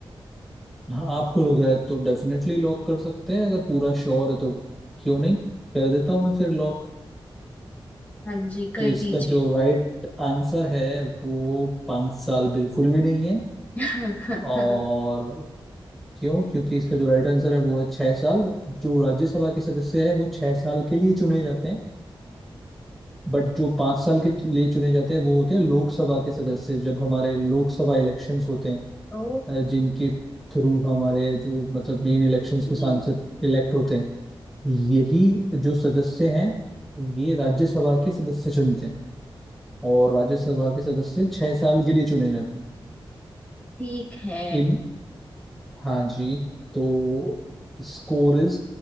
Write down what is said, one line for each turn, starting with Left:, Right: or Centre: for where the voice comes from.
Centre: हाँ आपको लग रहा है तो डेफिनेटली लॉक कर सकते हैं अगर पूरा श्योर है तो क्यों नहीं कर देता हूँ मैं फिर लॉक
Left: हाँ जी कर
Centre: तो इसका
Left: दीजिए
Centre: जो राइट आंसर है वो पाँच साल बिल्कुल भी नहीं है
Left: <laughs>
Centre: और क्यों क्योंकि इसका जो राइट आंसर है वो है छह साल जो राज्यसभा के सदस्य है वो छह साल के लिए चुने जाते हैं बट जो पाँच साल के लिए चुने जाते हैं वो होते हैं लोकसभा के सदस्य जब हमारे लोकसभा इलेक्शंस होते हैं
Left: ओ
Centre: अ, जिनके थ्रू हमारे जो मतलब मेन इलेक्शंस
Left: ठीक
Centre: में सांसद इलेक्ट होते हैं यही जो सदस्य हैं ये राज्यसभा के सदस्य चुनते हैं और राज्यसभा के सदस्य छह साल के लिए चुने जाते हैं
Left: है
Centre: इन हाँ जी तो score is